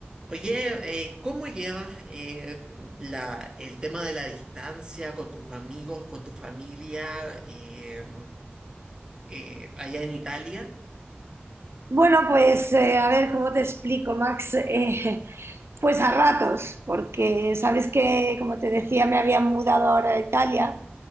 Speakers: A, on the right; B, on the right.
A: Oye, eh, ¿cómo llevas eh, la, el tema de la distancia con tus amigos, con tu familia eh, eh, allá en Italia?
B: Bueno, pues eh, a ver cómo te explico, Max. Eh, <laughs> pues a ratos, porque sabes que, como te decía, me había mudado ahora a Italia